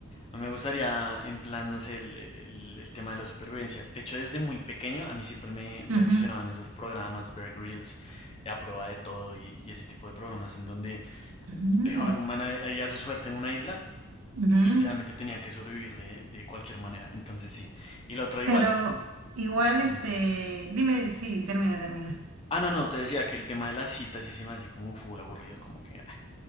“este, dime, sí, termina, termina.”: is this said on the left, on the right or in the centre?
Right